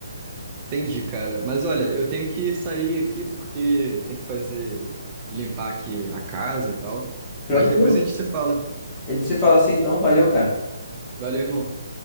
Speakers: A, on the right; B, on the left.
A: Entendi, cara. Mas olha, eu tenho que sair aqui porque tem que fazer limpar aqui a casa e tal.
B: Tranquilo.
A: Mas depois a gente se fala.
B: A gente se fala assim então, valeu, cara.
A: Valeu, irmão.